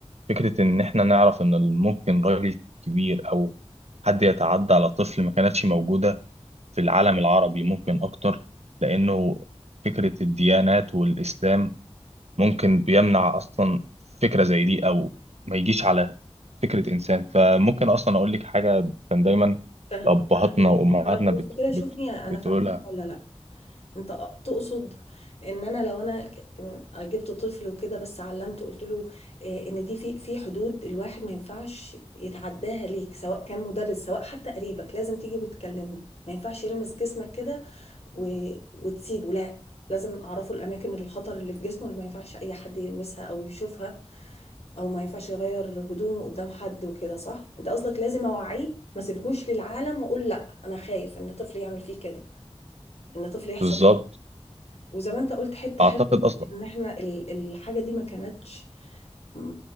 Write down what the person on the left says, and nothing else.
فاه-
فاهماك
فاهماك بص
كده شوفني
انا
فاهماك ولا لا انت تقصد ان انا لو انا جبت طفل وكده بس علمته قلت له إيه، ان دي في في حدود الواحد ما ينفعش يتعداها ليك سواء كان مدرس سواء حتى قريبك لازم تيجي وتكلمني ما ينفعش يلمس جسمك كده و... وتسيبه لا لازم اعرفه الاماكن الخطر اللي في جسمه اللي ما ينفعش اي حد يلمسها او يشوفها او ما ينفعش يغير هدومه قدام حد وكده صح انت قصدك لازم اوعيه ما سيبهوش للعالم واقول لا انا خايف ان طفلي يعمل فيه كده ان طفلي يحصل
فيه كده. وزي ما انت قلت حته
حلوه أوي،
ان احنا ال- الحاجه دي ما كانتش م-